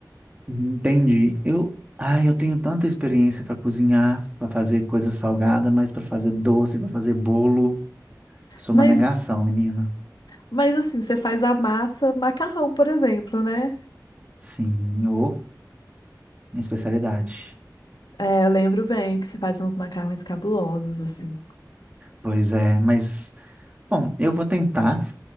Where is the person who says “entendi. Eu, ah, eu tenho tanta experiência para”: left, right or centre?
Right